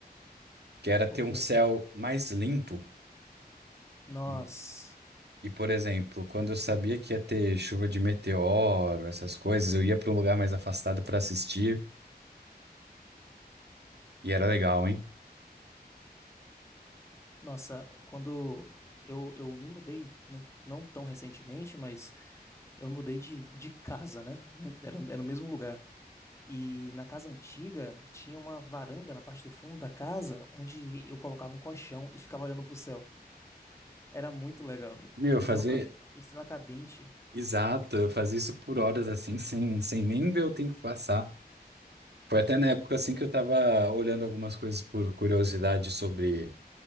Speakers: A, on the right (about 85°); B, on the left (about 15°).
A: que era ter
B: O quê?
A: um céu mais limpo.
B: Nós,
A: E, e, por exemplo, quando eu sabia que ia ter chuva de meteoro, essas coisas, eu ia pra um lugar mais afastado pra assistir. E era legal, hein?
B: nossa, quando eu, eu me mudei, não, não tão recentemente, mas eu me mudei de, de casa, né? <laughs> Era, era no mesmo lugar. E na casa antiga tinha uma varanda na parte do fundo da casa onde eu colocava um colchão e ficava olhando pro céu. Era muito legal.
A: Meu, fazer.
B: E dava pra ver estrela cadente.
A: Exato, eu fazia isso por horas assim, sem, sem nem ver o tempo passar. Foi até na época assim que eu tava olhando algumas coisas por curiosidade sobre